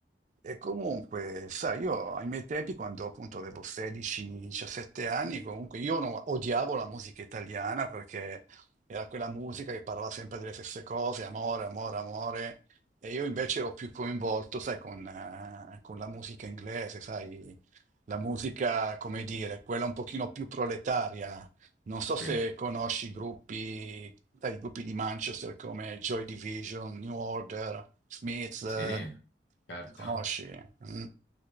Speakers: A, on the right; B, on the left.
A: E comunque, sai, io ai miei tempi, quando appunto avevo 16-17 anni, comunque io no- odiavo la musica italiana perché era quella musica che parlava sempre delle stesse cose, amore, amore, amore. E io invece ero più coinvolto, sai, con, eh, con la musica inglese, sai, la musica, come dire, quella un pochino più proletaria. Non so se
B: Sì.
A: conosci i gruppi, sai, i gruppi di Manchester come Joy Division, New Order, Smiths, eh,
B: Sì, certo.
A: li conosci? Mm?